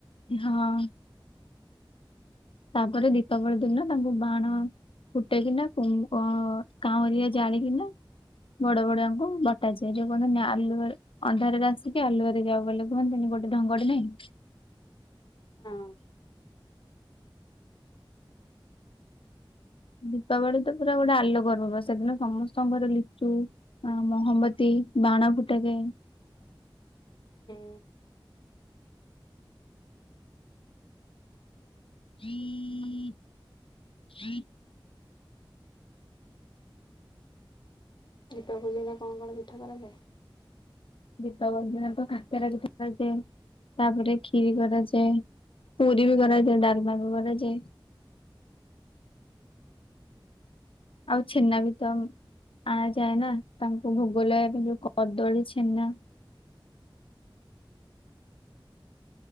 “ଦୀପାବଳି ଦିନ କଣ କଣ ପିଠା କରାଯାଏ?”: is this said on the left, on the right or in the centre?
Left